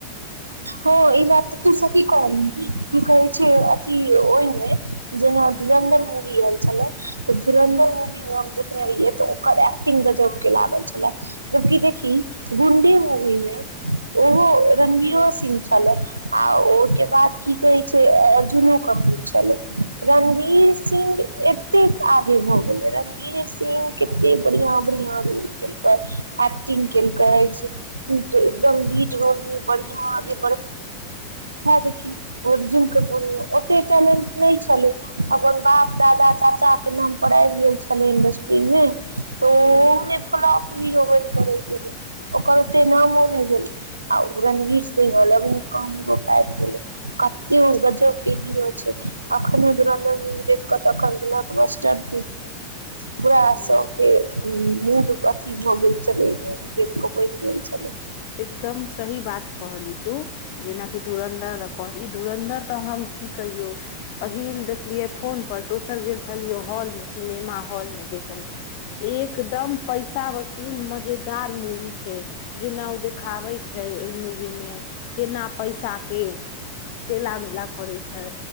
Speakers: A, on the right (about 80°); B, on the left (about 45°).
A: हो ई तू की कही की कहे छै अथी ओहि मे जेना धुरंधर मूवी आयल छले तऽ धुरन्दर मूवी मे हम देखने रहियै तऽ ओकर एक्टिंग गजब के लागल छले जबकि देखि गुंडी मूवी मे ओहो रणवीरो सिंह छल आ ओहिके बाद की कहे छै अर्जुनू कपूर छले रणवीर सिंह एतेक आगे भऽ गेले रणवीर सिंह केते बढ़िया बढ़िया रोल केल एक्टिंग केल एकदम लीड रोल मे बढ़ियागे देखर्जुन ओटेंट छल अपन बाप दादा चाचा के नाम पर आबि गेल छले इंडस्ट्री मे तऽ
B: हूँ
A: फल करै गेल ओकर ओते नामो नहि भेलै आ रणवीर सिंहलग कह ोप गेल कतेक उ केी रह छै एखन दुर मु कत पूरा
B: हूँ
A: सब के मूड कि भऽ गेल छलै देख कऽ बनि गेल छ
B: एकदम सही बात कहलहि तू जेनाकि धुरन्धर दऽ कहलहि धुरन्धर तऽ हम की कहियो पहिल देखलियै फोन पर दोसर छलियौ हॉल मे सिनेमा हॉल में देखय लै एकदम पैसा वसूल मजेद मुवी छै जेना देखाबै छै ओहि मूवी मे केना पैसा के तेला मेला करै छै